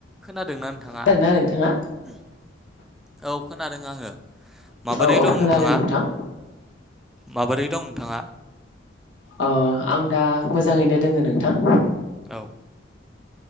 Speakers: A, in the centre; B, on the left (about 80°).
A: खोनादोंना नोंथाङा
B: खोनादोंना नोंथाङा
A: औ खोनादों आङो माबोरै
B: औ औ
A: दं
B: खोनादों
A: नोंथाङा
B: नोंथां
A: माबोरै दं नोंथाङा
B: ओ आं दा मोजाङैनो दोङो नोंथां।
A: औ